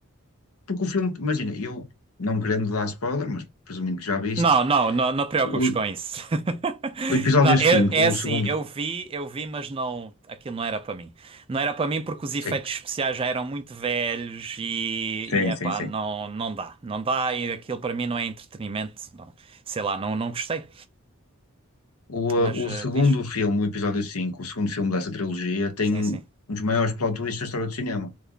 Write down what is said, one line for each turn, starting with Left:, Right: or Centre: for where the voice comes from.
Left: porque o filme, imagina, eu não querendo dar spoiler, mas presumindo que já viste,
Right: Não, não, não, não te preocupes
Left: o,
Right: com isso. <laughs>
Left: o episódio
Right: Não,
Left: 5
Right: eu- é assim,
Left: o segundo.
Right: eu vi, eu vi, mas não, aquilo não era para mim. Não era para mim porque os efeitos
Left: Sim,
Right: especiais já eram muito velhos e,
Left: sim,
Right: e epá,
Left: sim, sim.
Right: não, não dá, não dá e aquilo para mim não é entretenimento, não. Sei lá, não, não gostei.
Left: O,
Right: Mas
Left: eh,
Right: eh,
Left: o segundo
Right: diz,
Left: filme, o episódio 5 o segundo filme dessa trilogia, tem
Right: sim, sim.
Left: um dos maiores plot twists da história do cinema,